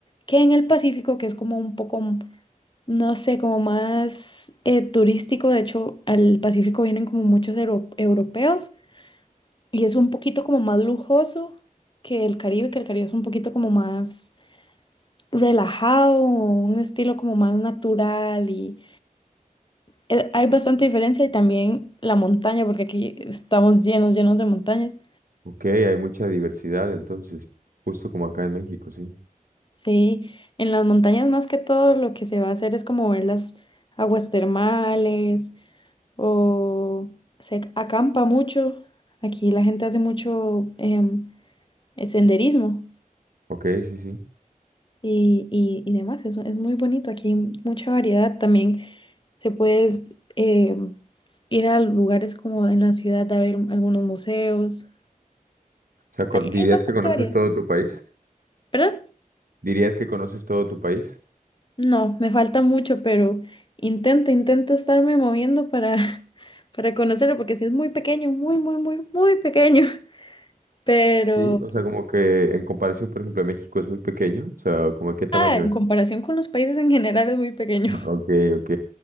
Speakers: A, on the left; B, on the right.
A: que en el Pacífico, que es como un poco, no sé, como más eh, turístico. De hecho, al Pacífico vienen como muchos euro- europeos y es un poquito como más lujoso que el Caribe, que el Caribe es un poquito como más relajado, un estilo como más natural y eh, hay bastante diferencia y también la montaña, porque aquí estamos llenos, llenos de montañas.
B: Ok, hay mucha diversidad entonces, justo como acá en México, sí.
A: Sí, en las montañas más que todo lo que se va a hacer es como ver las aguas termales o se acampa mucho. Aquí la gente hace mucho em, senderismo.
B: Ok, sí, sí.
A: y, y, y demás. Es, es muy bonito, aquí hay mucha variedad. También se puede eh, ir a lugares como en la ciudad a ver algunos museos.
B: O sea, con-
A: Hay,
B: ¿dirías
A: hay bastante
B: que conoces
A: variedad.
B: todo tu país?
A: ¿Perdón?
B: ¿Dirías que conoces todo tu país?
A: No, me falta mucho, pero intento, intento estarme moviendo para, <laughs> para conocerlo, porque sí es muy pequeño, muy, muy, muy, muy pequeño. <laughs> Pero,
B: Sí, o sea, como que en comparación, por ejemplo, a México es muy pequeño, o sea, como de qué tamaño
A: ah, en
B: es.
A: comparación con los países en general es muy pequeño.
B: <laughs>
A: <laughs>
B: Ok, ok.